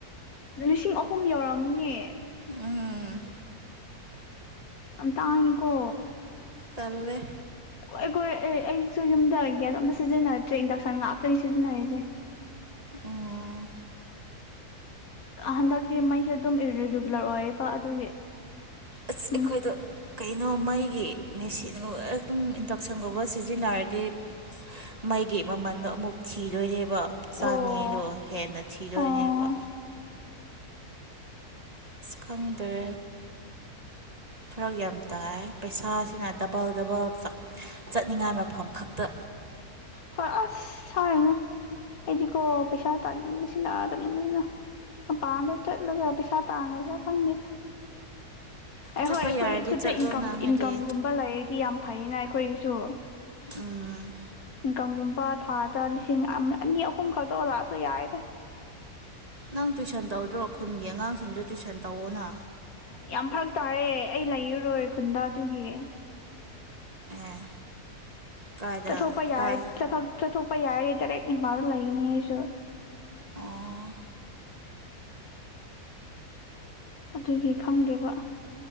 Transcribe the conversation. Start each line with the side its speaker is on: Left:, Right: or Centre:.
Left: ꯂꯤꯁꯤꯡ ꯑꯍꯨꯝ ꯌꯧꯔꯝꯅꯦ꯫
Right: ꯎꯝ꯫
Left: ꯑ ꯇꯥꯡꯉꯤꯀꯣ꯫
Right: ꯇꯜꯂꯦ꯫
Left: ꯑꯩꯈꯣꯏ ꯑꯩꯁꯨ ꯌꯨꯝꯗ ꯒꯌ꯭ꯥꯁ ꯑꯝꯇ ꯁꯤꯖꯤꯟꯅꯗ꯭ꯔꯦ ꯏꯟꯗꯛꯁꯟ ꯉꯥꯛꯇꯅꯤ ꯁꯤꯖꯤꯟꯅꯔꯤꯁꯦ꯫
Right: ꯑꯣ꯫
Left: ꯍꯟꯗꯛꯇꯤ ꯃꯩꯁꯦ ꯑꯗꯨꯝ ꯏꯔꯔꯤꯒꯨꯂꯔ ꯑꯣꯏꯌꯦꯕ ꯑꯗꯨꯒꯤ꯫
Right: ꯑꯁ
Left: ꯎꯝ
Right: ꯑꯩꯈꯣꯏꯗ꯫ ꯀꯩꯅꯣ ꯃꯩꯒꯤ ꯃꯦꯁꯤꯟꯒꯨꯝꯕ ꯑꯗꯨꯝ ꯏꯟꯗꯛꯁꯟꯒꯨꯝꯕ ꯁꯤꯖꯤꯟꯅꯔꯗꯤ ꯃꯩꯒꯤ ꯃꯃꯟꯗꯣ ꯑꯃꯨꯛ ꯊꯤꯗꯣꯏꯅꯦꯕ꯫ ꯆꯅꯤꯗꯣ
Left: ꯑꯣ
Right: ꯍꯦꯟꯅ ꯊꯤꯗꯣꯏꯅꯦꯕ꯫
Left: ꯑꯣ
Right: ꯈꯪꯗ꯭ꯔꯦ꯫ ꯐꯔꯛ ꯌꯥꯝ ꯇꯥꯏ ꯄꯩꯁꯥꯁꯤꯅ ꯗꯕꯜ ꯗꯕꯜ ꯆꯠꯅꯤꯡꯉꯥꯏ ꯃꯐꯝ ꯈꯛꯇ꯫
Left: ꯍꯣꯏ ꯑꯁ ꯍꯥꯏꯔꯤꯅꯣ ꯑꯩꯗꯤꯀꯣ ꯄꯩꯁꯥ ꯇꯥꯅꯤꯡꯕꯁꯤꯅ ꯇꯥꯅꯤꯡꯕꯁꯤꯅ ꯃꯄꯥꯟꯗ ꯆꯠꯂꯒ ꯄꯩꯁꯥ ꯇꯥꯡꯉꯁꯨ ꯈꯪꯗꯦꯗ꯫ ꯑꯩꯍꯣꯏ
Right: ꯆꯠꯄ
Left: ꯑꯩꯈꯣꯏꯒꯤ
Right: ꯌꯥꯔꯗꯤ
Left: ꯈꯨꯠꯇ
Right: ꯆꯠꯂꯣꯅ
Left: ꯏꯟꯀꯝ
Right: ꯅꯣꯏꯗꯤ
Left: ꯏꯟꯀꯝꯒꯨꯝꯕ ꯂꯩꯔꯗꯤ ꯌꯥꯝ ꯐꯩꯌꯦꯅ ꯑꯩꯈꯣꯏꯒꯤ꯫ ꯆꯣ꯫
Right: ꯎꯝ꯫
Left: ꯏꯟꯀꯝꯒꯨꯝꯕ ꯊꯥꯗ ꯂꯤꯁꯤꯡ ꯑꯅꯤ ꯑꯍꯨꯝ ꯈꯛꯇ ꯂꯥꯛꯑꯁꯨ ꯌꯥꯏꯗ꯫
Right: ꯅꯪ ꯇꯨꯏꯁꯟ ꯇꯧꯗ꯭ꯔꯣ ꯈꯨꯟꯒꯤ ꯑꯉꯥꯡꯁꯤꯡꯗꯨ ꯇꯨꯏꯁꯟ ꯇꯧꯑꯣꯅ꯫
Left: ꯌꯥꯝ ꯐꯔꯛ ꯇꯥꯔꯦ ꯑꯩ ꯂꯩꯔꯔꯣꯏ ꯈꯨꯟꯗꯥ ꯑꯗꯨꯒꯤ꯫
Right: ꯑꯦ ꯀꯥꯏꯗ
Left: ꯆꯠꯊꯣꯛꯄ ꯌꯥꯏ
Right: ꯀꯥꯏ
Left: ꯆꯠ ꯊꯣꯛ ꯆꯠ ꯊ꯫ ꯌꯥꯏꯌꯦ ꯑꯩꯁꯨ ꯗꯥꯏꯔꯦꯠ ꯑꯦꯝꯐꯥꯜꯗ ꯂꯩꯒꯅꯤꯌꯦ ꯑꯩꯁꯨ꯫
Right: ꯑꯣ
Left: ꯑꯗꯨꯒꯤ ꯈꯪꯗꯦꯕ꯫